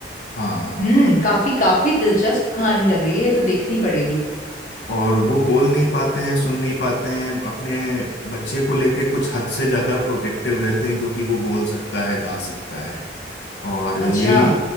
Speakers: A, on the left; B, on the left.
A: हाँ
B: हम्म काफी काफी दिलचस्प कहानी लग रही है ये तो देखनी पड़ेगी
A: और वो बोल नहीं पाते हैं सुन नहीं पाते हैं अपने बच्चे को लेके कुछ हद से ज्यादा प्रोटेक्टिव रहते हैं क्योंकि वो बोल सकता है गा सकता है और
B: अच्छा
A: यही